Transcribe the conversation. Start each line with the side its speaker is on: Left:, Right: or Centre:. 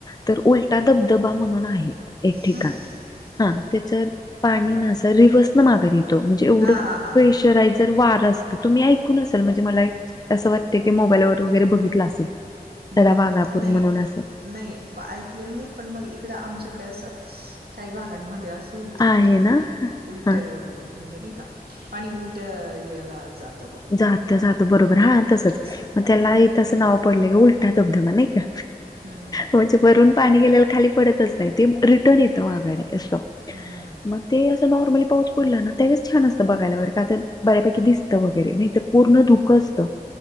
Left: तर उलटा धबधबा म्हणून आहे. एक ठिकाण,
Right: हं, हं.
Left: हा तेच पाणी ना अस रिव्हर्स न माघारी येत म्हणजे एवढ
Right: हां, हां, हां,
Left: प्रेशर
Right: हां.
Left: तुम्ही ऐकून असेल म्हणजे मला असं वाटते की मोबाईलवर वगैरे बघितलं असेल. सड
Right: हं, हं.
Left: वाघापूर
Right: नाही,
Left: म्हणून अस.
Right: नाही ऐकलेलं नाही पण मग इकडं आमच्याकडे असं काही भागांमध्ये असं होतं.
Left: आहे
Right: की
Left: ना
Right: उलट्या
Left: हा
Right: म्हणजे नाही का पाणी उलट्या यायला जात.
Left: जात जात बरोबर हा तसंच
Right: असं.
Left: मग त्याला आ तसं नाव पडलं का उलटा धबधबा नाही का.
Right: हं, हं.
Left: म्हणजे भरून पाणी गेलेला खाली पडतच नाही ते रिटर्न येत. घारी अस
Right: हं, हं, हं.
Left: मग ते अस नॉर्मली पाऊस पडला ना. त्यावेळेस छान असतं बघायला बर का तर बऱ्यापैकी दिसतं वगैरे नाही तर पूर्ण धुकं असतं.